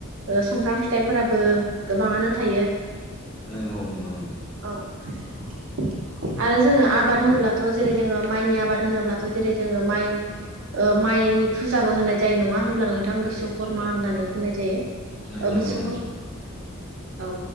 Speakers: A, on the right; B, in the centre.
A: सुमफ्राम फिथाइफोराबो गोबाङानो थायो
B: नोंगौ नोंगौ नोंगौ
A: औ। <inaudible> आरो जोङो आबाद होनोब्लाथ जेरै जोङो माइनि आबाद होनोब्लाथ जेरै जोङो माइ माइनि फुजाबो होननाय जायो नङा होनब्ला नोंथां बिसवकर्मा होननानै बुंनाय जायो।
B: नंगौ
A: ओ
B: नंगौ
A: बिश्वकर्मा
B: नंगौ
A: औ